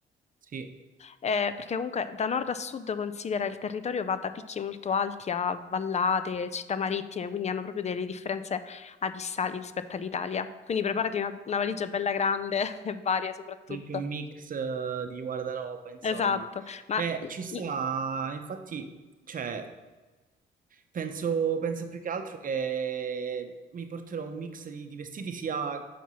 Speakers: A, on the right; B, on the left.
A: Sì.
B: Eh, perché comunque da nord a sud considera il territorio va da picchi molto alti a vallate, città marittime, quindi hanno proprio delle differenze abissali rispetto all'Italia. Quindi preparati una, una valigia bella grande <laughs> e varie soprattutto.
A: Tutti un mix eh, di guardaroba, insomma.
B: Esatto, ma
A: Eh, ci sta,
B: i-
A: infatti, cioè, penso, penso più che altro che mi porterò un mix di, di vestiti sia